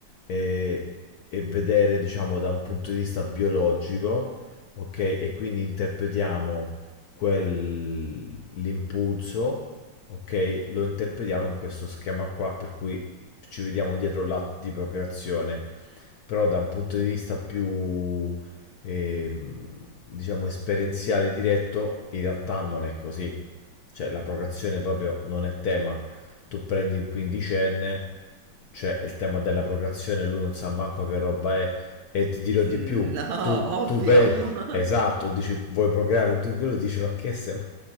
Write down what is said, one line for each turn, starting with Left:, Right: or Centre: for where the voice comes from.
Left: eh, e vedere, diciamo, da un punto di vista biologico, ok, e quindi interpretiamo quel- l'impulso, ok, lo interpretiamo in questo schema qua, per cui ci vediamo dietro l'atto di procreazione, però da un punto di vista più, ehm, diciamo, esperienziale diretto, in realtà non è così cioè la procreazione proprio non è tema. Tu prendi un quindicenne, c'è il tema della procreazione, lui non sa manco che roba è, e ti dirò di
Right: Mm,
Left: più,
Right: No,
Left: tu,
Right: ovvio.
Left: tu vedi,
Right: <laughs>
Left: esatto, dici vuoi procreare, tu quello dici ma che sei, ma...